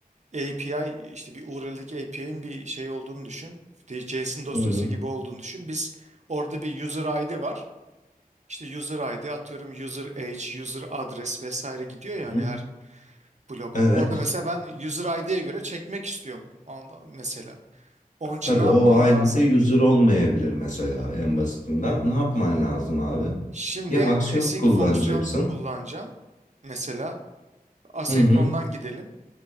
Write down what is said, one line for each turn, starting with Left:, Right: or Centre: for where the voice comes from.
Right: API işte bir URL'deki API'nin bir şey olduğunu düşün. İşte JSON dosyası
Left: Hı hı.
Right: gibi olduğunu düşün. Biz orada bir user ID var. İşte user ID atıyorum user age, user adres vesaire gidiyor yani
Left: Hı hı.
Right: her blok.
Left: Evet.
Right: Orada mesela ben user ID'ye göre çekmek istiyorum Anla- mesela. Onun için
Left: Tabii
Right: ne yapmam
Left: o
Right: lazım?
Left: ID'de user olmayabilir mesela en basitinden. Ne yapman lazım abi?
Right: Şimdi
Left: Ya aksiyon
Right: async
Left: kullanacaksın.
Right: fonksiyon kullanacağım. Mesela asenkrondan
Left: Hı hı.
Right: gidelim.